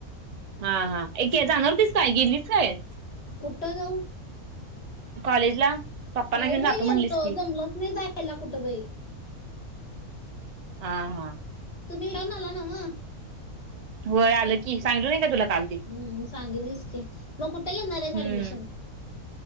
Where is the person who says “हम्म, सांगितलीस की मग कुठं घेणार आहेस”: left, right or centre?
Left